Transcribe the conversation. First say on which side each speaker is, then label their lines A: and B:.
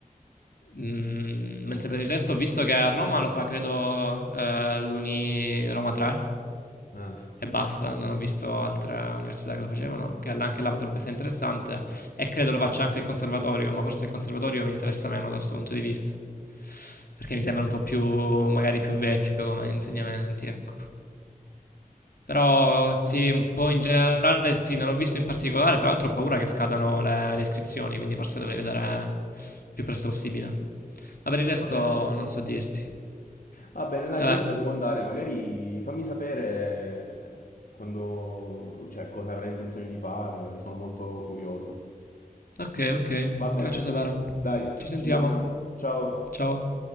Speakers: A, on the left; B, on the left.
A: Mm, mentre per il resto ho visto che a Roma lo fa, credo, eh, l'Uni Roma 3
B: Ah,
A: e basta. Non ho visto altre università che lo facevano, che anche là potrebbe essere interessante. E credo lo faccia anche il conservatorio, ma forse il conservatorio mi interessa meno da questo punto di vista, perché mi sembra un po' più, magari più vecchio come insegnamenti, ecco. Però sì, un po' in generale sì, non ho visto in particolare, tra l'altro ho paura che scadano le, le iscrizioni, quindi forse dovrei
B: ok.
A: vedere il più presto possibile. Ma per il resto
B: Va bene.
A: non so dirti.
B: Va bene, dai,
A: Vabbè.
B: io ora devo andare, magari fammi sapere quando, cioè, cosa avrai intenzione di fare, sono molto curioso.
A: Ok, ok.
B: Va bene,
A: Ti faccio sapere.
B: dai,
A: Ci sentiamo.
B: ci sentiamo. Ciao.
A: Ciao.